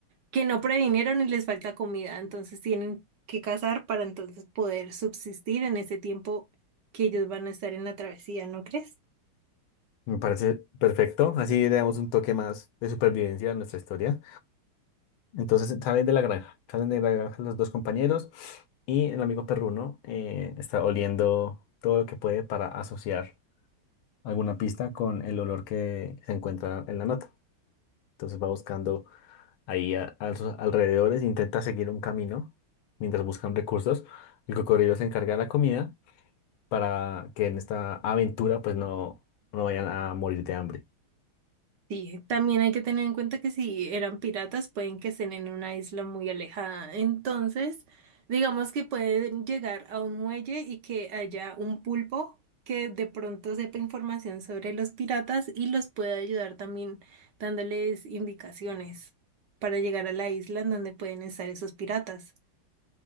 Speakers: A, on the right; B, on the left.
A: que no previnieron y les falta comida, entonces tienen que cazar para entonces poder subsistir en ese tiempo que ellos van a estar en la travesía, ¿no crees?
B: Me parece perfecto. Así le damos un toque más de supervivencia a nuestra historia. Entonces salen de la granja, salen de la granja los dos compañeros y el amigo perruno eh, está oliendo todo lo que puede para asociar alguna pista con el olor que se encuentra en la nota. Entonces va buscando ahí a, a sus alrededores, intenta seguir un camino mientras buscan recursos. El cocodrilo se encarga de la comida para que en esta aventura pues no, no vayan a morir de hambre.
A: Sí, también hay que tener en cuenta que si eran piratas pueden que estén en una isla muy alejada, entonces digamos que pueden llegar a un muelle y que haya un pulpo que de pronto sepa información sobre los piratas y los pueda ayudar también dándoles indicaciones para llegar a la isla en donde pueden estar esos piratas.